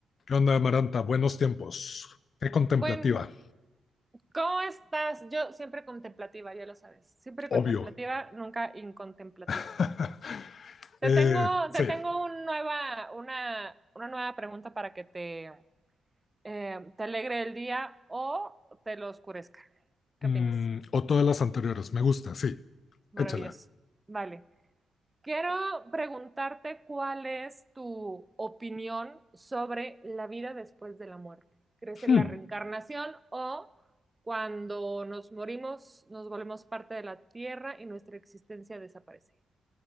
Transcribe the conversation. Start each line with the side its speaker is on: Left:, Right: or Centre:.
Left: ¿Qué onda, Amaranta? Buenos tiempos. Qué contemplativa,
Right: Bueno, ¿cómo estás? Yo siempre contemplativa, ya lo sabes. Siempre
Left: obvio.
Right: contemplativa, nunca incontemplativa.
Left: <laughs>
Right: Te
Left: Eh,
Right: tengo,
Left: sí,
Right: te tengo un nueva, una, una nueva pregunta para que te, eh, te alegre el día o te lo oscurezca. ¿Qué
Left: Mm,
Right: opinas?
Left: o todas las anteriores, me gusta, sí,
Right: Maravilloso.
Left: échala.
Right: Vale. Quiero preguntarte cuál es tu opinión sobre la vida después de la muerte. ¿Crees en
Left: Hmm.
Right: la reencarnación o cuando nos morimos nos volvemos parte de la tierra y nuestra existencia desaparece?